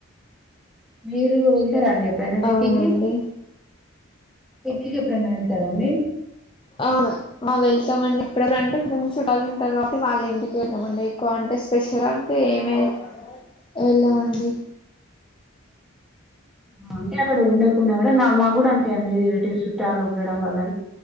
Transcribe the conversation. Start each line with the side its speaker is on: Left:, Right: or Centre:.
Centre: మీరు రా అండి ఎప్పుడైనా సిటీకి
Left: అవునండి
Centre: సిటీకి ఎప్పుడైనా వెళ్తారంాండి
Left: ఆ మా వెళ్తామండి ఇప్పుడప్పుడు అంటే కొ చూటలుటారు కాబట్టి వాళ్ళ ఇంటికి వెళ్ళామండి ఎక్కువ అంటే స్పెషల్ అంటే ఏమే వెళ్ళామండి
Centre: అంటే అక్కడ ఉండేకుడా కూడా మా కూడా అంటేండి రిలేటివ్స్ చాల ఉన్నా వల్ల